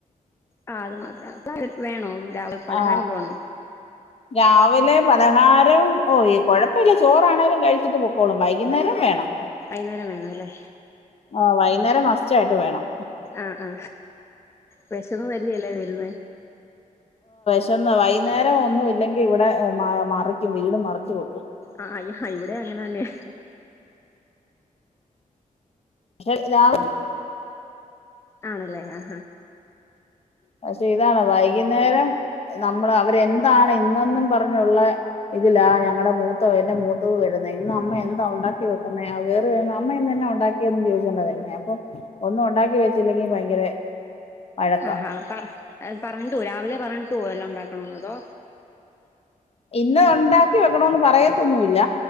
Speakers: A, on the left (about 20°); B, on the left (about 45°).
A: ആ അത് മാത്ര പ്പ വേണോ രാവിലെ പലഹാരം
B: ആ
A: കൊണ്ടുപോണോ
B: രാവിലെ പലഹാരം ഓ കുഴപ്പമില്ല ചോറാണേലും കഴിച്ചിട്ട് പൊക്കോളും വൈകുന്നേരം വേണം
A: വൈകുന്നേരം വേണം അല്ലേ
B: ആ വൈകുന്നേരം മസ്റ്റായിട്ട് വേണം
A: ആ ആ വെശന്ന് വലഞല്ലേ വരുന്നെ
B: ചെന്നാ വൈകുന്നേരം ഒന്നും ഇില്ലെങ്കിൽ ഇവിടെ മ മറിക്കും വീട് മറിച്ച് വെക്കും
A: ആ അ ഇവിടെ അങ്ങനെ തന്നെ
B: പക്ഷെ രാവിലെ
A: ആണല്ലേ ആ
B: പക്ഷെ ഇതാണ് വൈകുന്നേരം നമ്മള് അവരെന്താണ് ഇന്നൊന്നും പറഞ്ഞുള്ള ഇതിലാ ഞങ്ങളുടെ മൂത്ത എന്റെ മൂത്തത് വരുന്നത് ഇന്ന് അമ്മ എന്താ ഉണ്ടാക്കി വെക്കുന്നെ കേറി വരുമ്പം അമ്മന്ന് എന്നാ ഉണ്ടാക്കിയന്ന് ചോദിച്ചൊണ്ട വരുന്നേ അപ്പൊ ഒന്ന് ഒന്നും ഉണ്ടാക്കി വെച്ചില്ലെങ്കിൽ ഭയങ്കര വഴക്ക
A: ആ ഹാ പറഞ്ഞിട്ട് പോ രാവിലെ പറഞ്ഞിട്ട് പോ വല്ലോം ഉണ്ടാക്കണന്ന് അതോ
B: ഇന്നത് ഉണ്ടാക്കി വെക്കണൊന്ന് പറയത്തൊന്നുമില്ല